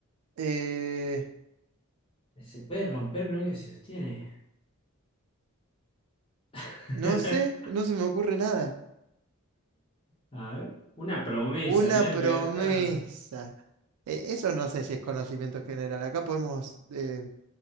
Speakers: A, on the right; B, on the left.
A: Eh.
B: Se puede romper, pero nunca se sostiene. <laughs>
A: No sé, no se me ocurre nada.
B: A ver. Una promesa,
A: Una
B: mira,
A: promesa.
B: es verdad.
A: Eh, eso no sé si es conocimiento general. Acá podemos, eh,